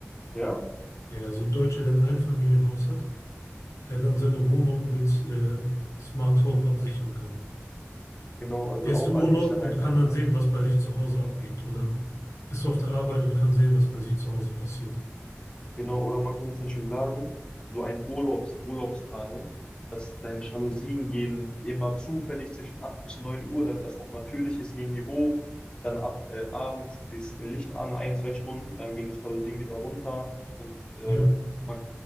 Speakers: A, on the left (about 20°); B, on the left (about 80°).
A: Ja?
B: Ja, ja, so ein Deutscher, der ein Einfamilienhaus hat, der dann seine Wohnung mit äh, Smart Home absichern kann.
A: Genau, also
B: Er ist
A: auch
B: im
A: als
B: Urlaub
A: Sicherheit
B: und kann
A: halt,
B: dann
A: ne?
B: sehen, was bei sich zu Hause abgeht. Oder ist auf der Arbeit und kann sehen, was bei sich zu Hause passiert.
A: Genau, oder man kann zum Beispiel sagen, so ein Urlaubs Urlaubstarnung, dass deine Jalousien gehen immer zufällig zwischen 8 bis 9 Uhr, damit das auch natürlich ist, gehen die hoch, dann ab äh, abends ist ein Licht an, ein, zwei Stunden, dann gehen die Jalousien wieder runter und äh,
B: Ja,
A: man,